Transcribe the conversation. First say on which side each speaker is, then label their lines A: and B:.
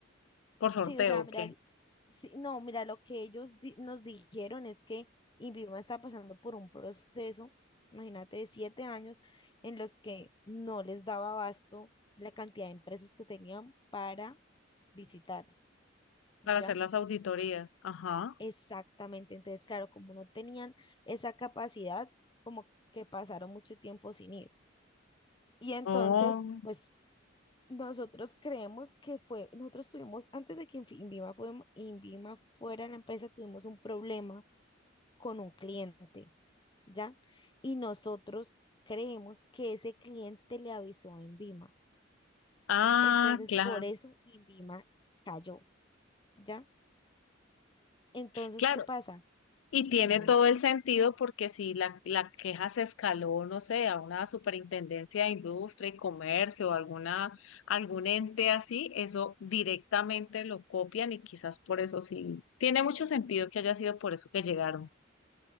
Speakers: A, on the left; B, on the left.
A: por sorteo,
B: sí, o sea,
A: ¿o
B: mira,
A: ¿qué?
B: el- sí, no, mira, lo que ellos di- nos dijeron es que INVIMA está pasando por un proceso, imagínate, de siete años en los que no les daba abasto la cantidad de empresas que tenían para visitar,
A: Para
B: ¿ya?
A: hacer las auditorías. Ajá.
B: Exactamente, entonces, claro, como no tenían esa capacidad, como que pasaron mucho tiempo sin ir. Y entonces,
A: Oh.
B: pues Nosotros creemos que fue, nosotros tuvimos, antes de que Infi- INVIMA, fue, INVIMA fuera la empresa, tuvimos un problema con un cliente, ¿ya? Y nosotros creemos que ese cliente le avisó a INVIMA.
A: Ah,
B: Entonces,
A: claro.
B: por eso INVIMA cayó, ¿ya? Entonces,
A: Claro,
B: ¿qué pasa?
A: y
B: Dime,
A: tiene todo el sentido porque si la, la queja se escaló, no sé, a una superintendencia de industria y comercio o alguna, algún ente así, eso directamente lo copian y quizás por eso sí. Tiene mucho sentido que haya sido por eso que llegaron